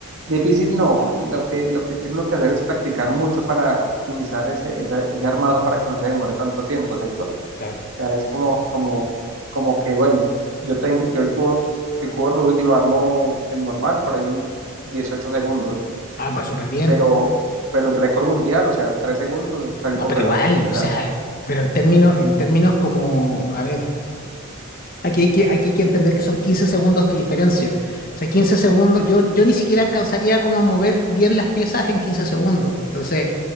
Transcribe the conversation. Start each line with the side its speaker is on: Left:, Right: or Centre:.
Right: difícil no, lo que, lo que tiene uno que hacer es practicar mucho para optimizar ese, esa- ese armado para que no se demore tanto tiempo, ¿cierto?
Left: Claro.
Right: O sea, es como, como, como que, bueno, yo tengo, yo el cubo, el cubo Rubik lo armo el normal por ahí en 18 segundos,
Left: Ah, pues súper bien.
Right: pero, pero el récord mundial, o sea, 3 segundos es algo
Left: No, pero
Right: reloj,
Left: igual, o
Right: o sea,
Left: sea, pero en términos, en términos como, a ver, aquí hay que, aquí hay que entender que son 15 segundos de diferencia. O sea, 15 segundos, yo, yo ni siquiera alcanzaría como a mover bien las piezas en 15 segundos. Entonces,